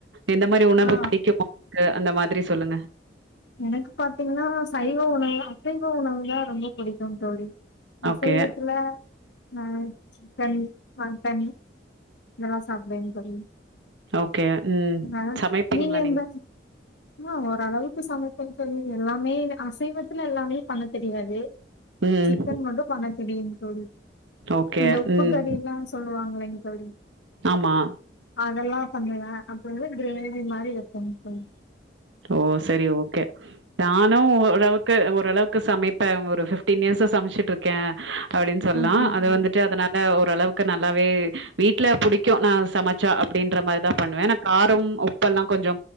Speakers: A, on the right; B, on the left.
A: எந்த மாறி உணவு
B: ஆ
A: புடிக்கும் உங்களுக்கு அந்த மாதிரி சொல்லுங்க
B: எனக்கு பாத்தீங்கன்னா சைவ உணவு அசைவ உணவு தா ரொம்ப புடிக்கும் தோழி அசைவத்துல
A: ஓகே,
B: அ சிக்கன் மட்டன் இதெல்லா சாப்பிடுவேங் தோழி
A: ஓகே. ம்.
B: <unintelligible>
A: சமைப்பீங்களா
B: நீங்க என்ன அ ஓரளவுக்கு சமைப் பே தோழி எல்லாமே அசைவத்துல எல்லாமே பண்ண தெரியாது
A: ம்.
B: சிக்கன் மட்டும் பண்ண தெரியுங் தோழி
A: ஓகே.
B: இந்த உப்பு
A: ம்.
B: கறி எல்லா சொல்லுவாங்க இல்லங் தோழி
A: ஆமா
B: அதெல்லா கொஞ்சோ <unintelligible> கிரேவி மாதிரி வெப்பங் தோழி
A: ஓ சரி ஓக்கே நானு ஒர் அளவு க்கு ஓரளவுக்கு சமைப்பே ஒரு பிப்டீன் இயர்ஸ்சா சமைச்சிட்டு இருக்கே அப்டின்னு சொல்லா
B: ஓகே ஓகே.
A: அது வந்துட்டு அதனால ஓரளவுக்கு நல்லாவே வீட்ல புடிக்கும் நா சமச் சா அப்டின்ற மாற் தா பண்ணுவே ஏன்னா காரம் உப்பெல்லா கொஞ்சோ